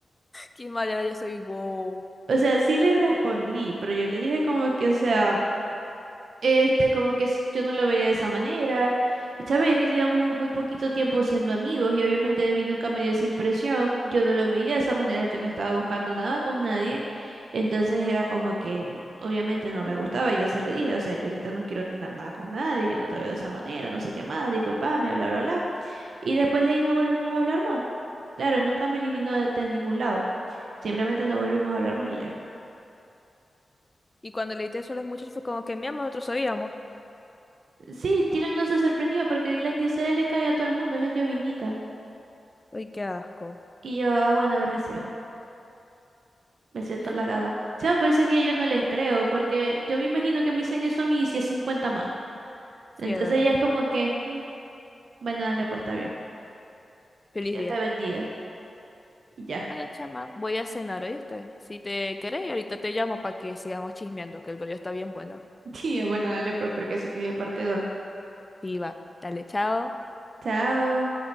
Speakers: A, on the left; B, on the right.
A: Qué mala, ya soy vos.
B: O sea, sí le respondí, pero yo le dije como que, o sea... Este, como que s- yo no lo veía de esa manera. Y sabes, es que teníamos muy, muy poquito tiempo siendo amigos y obviamente a mí nunca me dio esa impresión. Yo no lo veía de esa manera, yo no estaba buscando nada con nadie. Entonces era como que no- obviamente no me gustaba y yo se lo dije, o sea, yo ahorita no quiero tener nada con nadie, yo no te veo de esa manera, no sé qué más, discúlpame, bla, bla, bla. Y después de ahí no volvimos a hablar más. Claro, él nunca me eliminó de, de ningún lado. Simplemente no volvimos a hablar más y ya.
A: Y cuando leíste eso a los muchachos fue como que mi amor, nosotros sabíamos.
B: Sí, Dylan no se sorprendió porque Dylan dice, él le cae a todo el mundo, él es lloviznita.
A: Ay, qué asco.
B: Y yo, ah, bueno, gracias. Me siento
A: <laughs>
B: halagada. O por eso es que yo no les creo, porque yo me imagino que me dicen eso a mí y si es 50 más.
A: Sí,
B: Entonces
A: es verdad.
B: ya es como que, "Mm, bueno, dale, pues está bien.
A: Feliz
B: Que Dios
A: día.
B: te bendiga. Y ya.
A: Bueno, chama, voy a cenar, ¿oíste? Si te querés, ahorita te llamo para que sigamos chismeando, que el brillo está bien bueno.
B: <laughs> Y yo, bueno, dale, pues porque eso tiene parte dos
A: Viva. Dale, chao.
B: Chao.